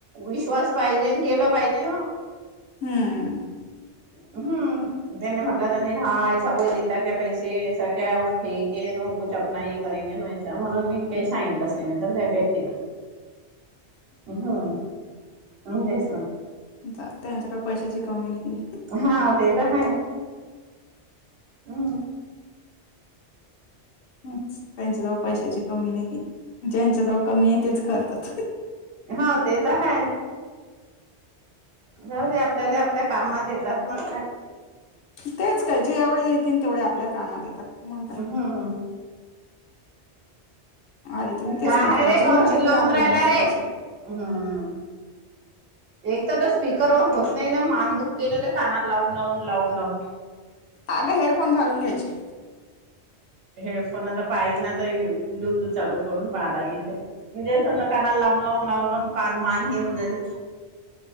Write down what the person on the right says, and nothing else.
विश्वास पाहिजे केला पाहिजे ना म
हम्म त्यांनी म्हटलं तर हा को दता क पैसे क्या फेके कु आप ये करेे म्हणून मी काही सांगितलंच नाही म्हणक्त हम्म हम् तेश ना
हा ते तर हाय हम्म
हा ते तर ह जाऊ आपल्याला आपल्या कामात येतात मग काय
हम्म
का
आहे रे
कण
चवंदर
आहेला
रे हम्म एक तर तर स्पीकरवर होत नाही ना मान दुख केलेले कानात लावून लावून लावून लाव
हेडफोन आता पाई ना तर ब्लूतूथ चालू करून पाहालागेल ते म्हलं कानाला लावून लावून लावून लावून कान मान हेऊन जाते